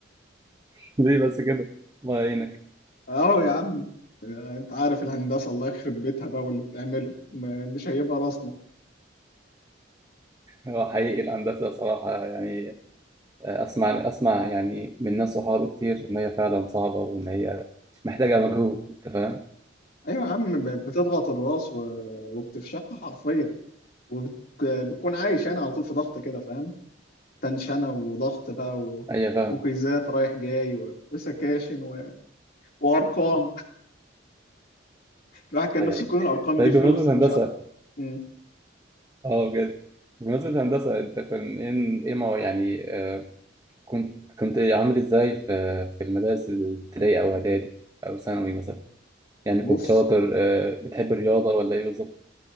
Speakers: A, on the right; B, on the left.
A: <laughs> ليه بس كده؟ الله يعينك،
B: اهو يا عم انت عارف الهندسه الله يخرب بيتها بقى واللي بتعمله م- مش هيبقى راسنا
A: هو حقيقي الهندسة صراحة يعني آه، أسمع أسمع يعني من ناس صحابي كتير إن هي فعلا صعبة وإن هي محتاجة مجهود، أنت فاهم؟
B: ايوه يا عم ب- بتضغط الراس و- وبتفشخها حرفيا وبتكون عايش يعني على طول في ضغط كده فاهم تنشنه وضغط بقى
A: أيوة فاهم،
B: ومقيسات رايح جاي و- وسكاشن و... وارقام <laughs> الواحد كان
A: الله
B: نفسه
A: يعينك.
B: تكون الارقام
A: طيب
B: دي فلوس
A: بمناسبة الهندسة،
B: مش عارف مم.
A: أه بجد، بمناسبة الهندسة أنت كان إيه إيه ما يعني آه، كنت كنت عامل ازاي في في المدارس الابتدائي او اعدادي او ثانوي مثلا يعني
B: بص
A: كنت شاطر آه، بتحب الرياضه ولا ايه بالظبط